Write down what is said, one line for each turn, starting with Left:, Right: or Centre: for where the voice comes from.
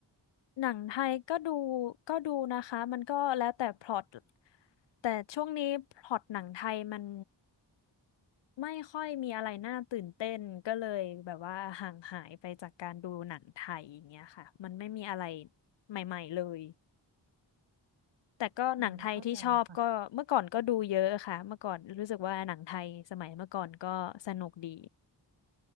Left: หนังไทยก็ดูก็ดูนะคะมันก็แล้วแต่พล็อต แต่ช่วงนี้พล็อตหนังไทยมันไม่ค่อยมีอะไรน่าตื่นเต้นก็เลยแบบว่าห่างหายไปจากการดูหนังไทยอย่างเงี้ยค่ะมันไม่มีอะไรใหม่ๆเลยแต่ก็หนังไทยที่ชอบก็เมื่อก่อนก็ดูเยอะค่ะเมื่อก่อนรู้สึกว่าหนังไทยสมัยเมื่อก่อนก็สนุกดี
Right: อืมเข้าใจแล้วค่ะ